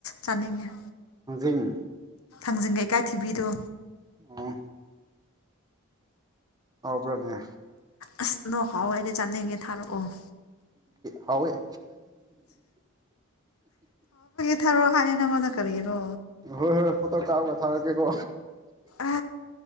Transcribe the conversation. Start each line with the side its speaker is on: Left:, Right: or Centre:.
Left: ꯆꯥꯅꯤꯡꯉꯦ
Right: ꯍꯧꯖꯤꯤꯡ
Left: ꯈꯥꯡꯖꯤꯟ ꯀꯩꯀꯥꯏ ꯊꯤꯕꯤꯗꯣ
Right: ꯑꯣ ꯍꯕ꯭ꯔꯅꯦ
Left: ꯑꯁ ꯅ ꯍꯋꯥꯏ ꯆꯥꯅꯤꯡꯉꯦ ꯊꯥꯔꯛꯑꯣ
Right: ꯍꯥꯎ <inaudible>
Left: ꯊꯔꯣ ꯍꯥꯏ ꯋꯥꯣꯟꯗ ꯀꯔꯤꯔꯣ
Right: ꯍꯣꯏ ꯍꯣꯏ ꯐꯣꯇꯣ ꯀꯥꯔꯒ ꯊꯥꯔꯛꯀꯦꯀꯣ
Left: ꯑ